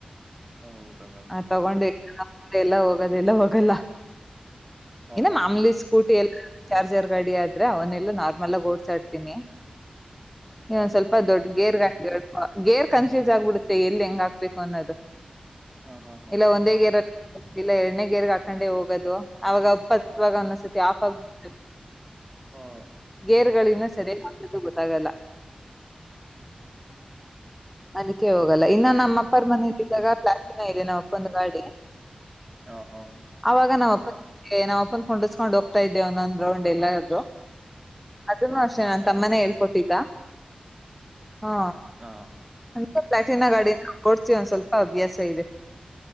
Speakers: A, on the right; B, in the centre.
A: ಹೌದಾ ಮೇಡಮ್
B: ಹ ತಗೊಂಡು ಎಲ್ಲ ಹೋಗೋದೆಲ್ಲ ಹೋಗಲ್ಲ
A: ಹಾ
B: ಇನ್ನು
A: ಹಾ
B: ಮಾಮೂಲಿ
A: ಹಾ
B: ಸ್ಕೂಟಿ ಎಲ್ಲ ಚಾರ್ಜರ್ ಗಾಡಿ ಆದ್ರೆ ಅವನ್ನೆಲ್ಲಾ ನಾರ್ಮಲ್ ಮಲ್ಲ್ ಓಡ್ಸಾಡ್ತೀನಿ ಇನೊಂದ್
A: ಹಾ
B: ಸ್ವಲ್ಪ ದೊಡ್ಡ್ ಗೇರ್ ಗಾಡಿ ಗೇರ್ ಕನ್ಫ್ಯೂಸ್ ಆಗ್ಬಿಡುತ್ತೆ ಎಲ್ಲಿ ಹೆಂಗ್ ಹಾಕ್ಬೇಕು ಅನ್ನೋದು.
A: ಹಾ ಹಾ ಹಾ
B: ಇಲ್ಲ ಒಂದೇ ಗೇರ್ ಅಲ್ಲಿ ಇಲ್ಲ ಎರಡನೇ ಗೇರ್ ಹಾಕೊಂಡೆ ಹೋಗೋದು ಅವಾಗ ಹತ್ತುವಾಗ
A: ಹಾ
B: ಅನ್ನಸುತಿ ಆಫ್ ಆಗ್ಬು ಬಿ
A: ಹಾ
B: ಗೇರಗಳು ಇನ್ನ ಸರಿಯಾಗಿ ಹಾಕೊದು ಗೊತ್ತಾಗಲ್ಲ. ಅದಕ್ಕೆ ಹೋಗಲ್ಲ ಇನ್ನ ನಮ್ಮ ಅಪ್ಪರ್ ಮನೆ ಅಲ್ಲಿ ಇದ್ದಾಗ ಪ್ಲಾಸ್ಟಿ ಇದೆ ನಮ್ ಅಪ್ಪಂದು ಗಾಡಿ
A: ಹಾ ಹಾ
B: ಅವಾಗ ನಮ್ ನಮ್ ಅಪ್ಪನ ಕೂಂಡಿಸ್ಕೊಂಡ್ ಹೋಗ್ತಾ ಇದ್ದೆ ಒಂದೊಂದ್ ರೌಂಡ್ ಎಲ್ಲಾದ್ರೂ. ಅದನ್ನು ಅಷ್ಟೇ ನಾನ್
A: ಹಾ
B: ತಮ್ಮನೇ ಹೇಳ್ಕೊಟಿದ್ದ. ಹಾ
A: ಹಾ
B: ಅಂದ್ರೆ ಪ್ಲಾಟಿನ ಗಾಡಿನ ಓಡ್ಸೀ ಒಂದ್ ಸ್ವಲ್ಪ ಅಭ್ಯಾಸ ಇದೆ.